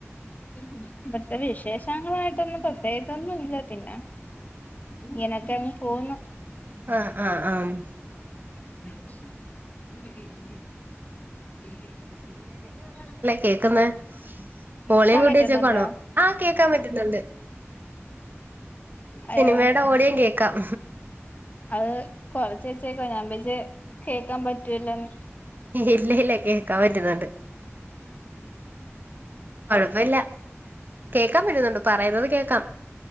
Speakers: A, on the left; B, on the right.
A: ഉം ഇബട്ത്തെ വിശേഷങ്ങളായിട്ടൊന്നും പ്രത്യേകിച്ചൊന്നും ഇല്ല. പിന്നെ ഇങ്ങനെയൊക്കെ അങ്ങ് പോവ്ന്ന്
B: ആഹ് ആഹ് ആഹ്
A: <unintelligible> ആ വീട്ടിൽ പന്നി ഇണ്ടോ ചോയ്ക്ക ഇല്ല്യല്ല്യാ <unintelligible>
B: കേക്ക്‌ന്ന് വോളിയം കൂട്ടി
A: പറ്റുന്നുണ്ടോ
B: വെച്ചേക്കുവാണോ. ആഹ് കേക്കാൻ പറ്റ്ന്ന്ണ്ട്. സിനിമേടെ
A: അയ്യോ
B: ഓടിയം കേക്കാം.
A: അത് കൊറച്ച് വെച്ചേക്ക്‌വാ. ഞാൻ വിചാരിച്ച് കേക്കാൻ പറ്റുലെന്ന്
B: ഇല്ല ഇല്ല കേക്കാം പറ്റുന്നുണ്ട്. കൊഴപ്പ ഇല്ല കേക്കാം പറ്റുന്നുണ്ട് പറയുന്നത് കേക്കാം.